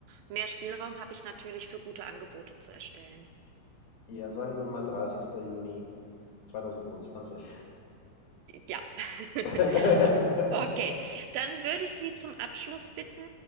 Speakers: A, on the right; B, on the left.
A: mehr Spielraum habe ich natürlich für gute Angebote zu erstellen.
B: ja, sagen wir mal 30. Juni 2025.
A: Ja. <laughs>
B: <laughs>
A: Okay, dann würde ich Sie zum Abschluss bitten,